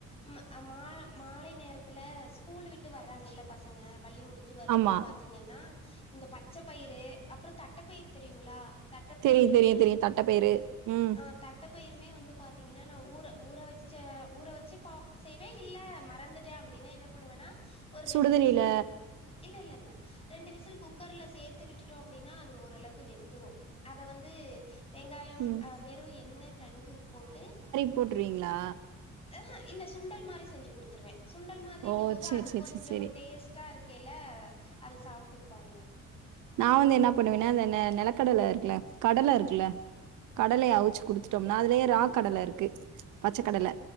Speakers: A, on the left; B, on the right.
A: ம் அ மால மாலை நேரத்துல ஸ்கூல் விட்டு வர்ராங்கல்ல பசங்க பள்ளி முடிஞ்சி வரும்போது
B: ஆமா
A: பாத்தீ ங்கன்னா இந்த பச்ச பயிறு அப்பறோ தட்டப்பயிறு தெரியுங்களா தட்டப்பயிருமே
B: தெரியும் தெரியும் தெரியும் தட்டப்பயிறு. ம்.
A: ஆ தட்டப்பயிருமே வந்து பாத்தீங்கன்னா நா ஊற ஊற வச்ச ஊற வச்சு பா செய்வே இல்ல மறந்து ட்டே அப்டினா என்ன பண்ணுவேன்னா ஒர்
B: சுடுதண்ணீல
A: ரெண்டு விசில் இல்ல இல்லங்க ரெண்டு விசில் குக்கர்ல சேத்து விட்டுட்டோ அப்டினா அது ஓரளவ்க்கு வெந்துரு அத வந்து வெங்காயம்
B: ம்.
A: அ வெறும் எண்ண கடுஹு போட்டு
B: போட்ருவீங்ளா
A: ஆஆ இல்ல சுண்டல் மாரி செஞ்சி குடுத்துருவே சுண்டல் மாதிரிங்க
B: ஓ!
A: போது
B: சரி,
A: அது
B: சரி,
A: கொஞ்சோ
B: சரி, சரி.
A: டேஸ் ட்டா இருக்கைல அது சாப்ட்டுப்பாங்க
B: நா வந்து என்னா பண்ணுவேனா அந்த நெ நெலக்கடல இருக்குல்ல கடல இருக்குல்ல கடலைய
A: ம்.
B: அவிச்சு குடுத்து ட்டோம்னா அதுலயே ரா கடல இருக்கு பச்சக்கடல